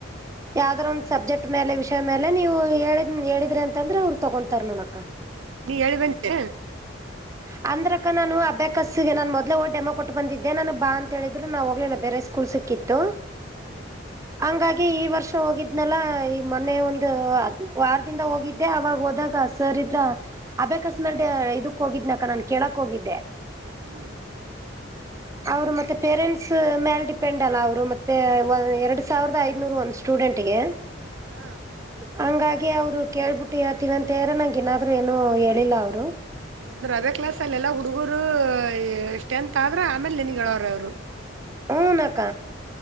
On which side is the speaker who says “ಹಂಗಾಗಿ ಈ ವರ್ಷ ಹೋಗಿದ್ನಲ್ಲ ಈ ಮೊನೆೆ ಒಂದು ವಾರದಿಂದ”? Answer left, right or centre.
Right